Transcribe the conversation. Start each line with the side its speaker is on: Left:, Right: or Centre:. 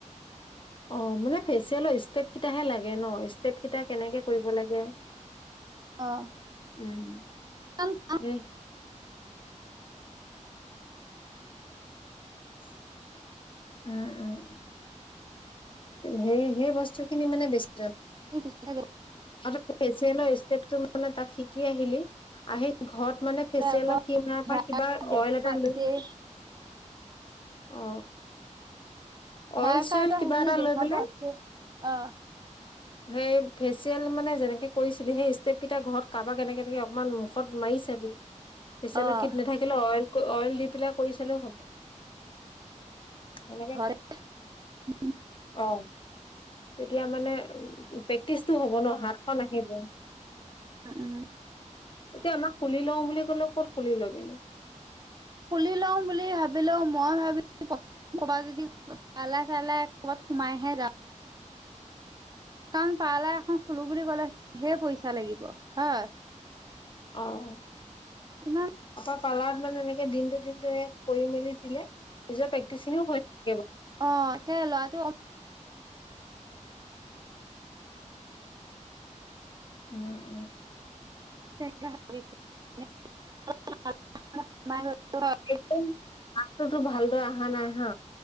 Left: অ, মানে ফেচিয়েলৰ ইষ্টেপ কিটাহে লাগে ন, ষ্টেপ কেইটা কেনেকে কৰিব লাগে?
Right: অ
Left: উম।
Right: <unintelligible>
Left: উম। <inaudible> উম উম উম, সেই, সেই বস্তু খিনি মানে বেছি
Right: পিছতে
Left: <unintelligible> ফেচিয়েলৰ ইষ্টেপতো মানে তাত শিকি আহিলি, আহ ঘৰত মানে ফেচিয়েলৰ
Right: আকৌ
Left: কিম
Right: হেয়াৰ
Left: বা কিবা
Right: কাট দেখুৱাইছে
Left: অইল এটা লৈ অ।
Right: হেয়াৰ
Left: অইল-চইল
Right: কাৰ্ডৰ
Left: কিবা
Right: সেইখিনি
Left: এটা
Right: দেখুৱাব
Left: লৈ পেলে
Right: আছে অ'।
Left: সেই ফেচিয়েল মানে যেনেকে কৰিছিলি সেই ষ্টেপ কেইটা ঘৰত কাবাক এনেকে-এনেকে অকমান মুখত মাৰি চাবি। ফেচিয়েলৰ
Right: অ',
Left: কিড নাথাকিলে অইল ক অইল দি পেলাই কৰি চালেও হব। হেনেকে
Right: <unintelligible>
Left: অ, তেতিয়া মানে উম প্ৰেক্টিচটো হ'ব ন, হাতখন আহিব।
Right: উম।
Left: এতিয়া আমাক খুলি লওঁ বুলি ক'লেও ক'ত খুলি ল'বিনো!
Right: খুলি লওঁ বুলি ভাবিলোও মই ভাবি প্ৰথম কৰ'বাত যদি পলাই চলাই কৰ'বাত সোমাইহে যাওঁ। কাৰণ পাৰালা এখন খুলো বুলি ক'লে ধেৰ পইচা লাগিব হয়।
Left: অ অ,
Right: ইমান
Left: পাছত পাৰলাত মানে এনেকে দিনটো দিনটো সেই কৰি মেলি দিলে পিছত প্ৰেক্টিচিনি হৈ থাকিব
Right: অ সেই লৰাটো
Left: উম উম।
Right: <unintelligible>
Left: <unintelligible> মাততো তোৰ ভালদৰে অহা নাই হা,